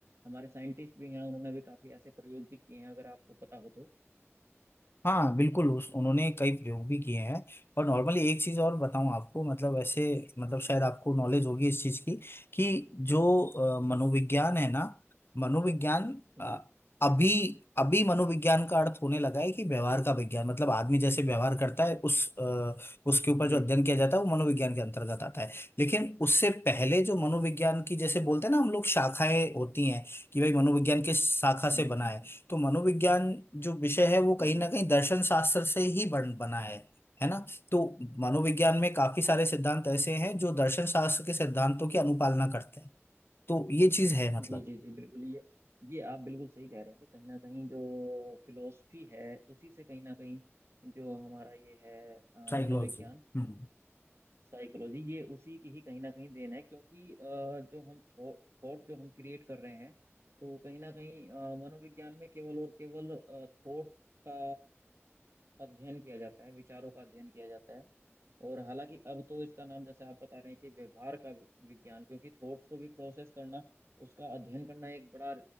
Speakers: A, on the right (about 65°); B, on the left (about 50°).
A: हमारे साइंटिस्ट भी हैं उन्होंने भी काफ़ी ऐसे प्रयोग भी किए हैं अगर आपको पता हो तो
B: हाँ बिल्कुल उस उन्होंने कई प्रयोग भी किए हैं और नॉर्मली एक चीज़ और बताऊं आपको मतलब ऐसे मतलब शायद आपको नॉलेज होगी इस चीज़ की कि जो अ, मनोविज्ञान है ना मनोविज्ञान अ,
A: जी
B: अभी अभी मनोविज्ञान का अर्थ होने लगा है कि व्यवहार का विज्ञान मतलब आदमी जैसे व्यवहार करता है उस अ, उसके ऊपर
A: जी
B: जो अध्ययन किया जाता है वो मनोविज्ञान के अंतर्गत आता है लेकिन उससे पहले जो मनोविज्ञान की जैसे बोलते हैं ना हम लोग शाखाएं होती हैं कि भाई मनोविज्ञान किस शाखा
A: हम्म
B: से बना
A: हम्म,
B: है
A: हम्म,
B: तो मनोविज्ञान जो विषय है वो कहीं
A: जी
B: ना कहीं दर्शन शास्त्र से ही बन बना है है ना तो मनोविज्ञान में काफी सारे सिद्धांत ऐसे हैं जो दर्शन शास्त्र के सिद्धांतों की अनुपालना करते हैं तो ये चीज है मतलब
A: जी जी जी बिल्कुल ये ये आप बिल्कुल सही कह रहे हैं कि कहीं ना कहीं जो फिलोसफी है उसी से कहीं ना कहीं जो हमारा ये है अ,
B: साइकोलॉजी
A: मनोविज्ञान
B: हम्म
A: साइकोलॉजी ये उसी की ही कहीं ना कहीं देन है क्योंकि अ, जो हम थॉट थॉट जो हम क्रिएट कर रहे हैं तो कहीं ना कहीं अ, मनोविज्ञान में केवल और केवल थॉट का अ, अध्ययन किया जाता है विचारों का अध्ययन किया जाता है और हालांकि अब तो इसका नाम जैसे आप बता रहे हैं कि व्यवहार का वि- विज्ञान क्योंकि थॉट्स को भी प्रोसेस करना उसका अध्ययन करना एक बड़ा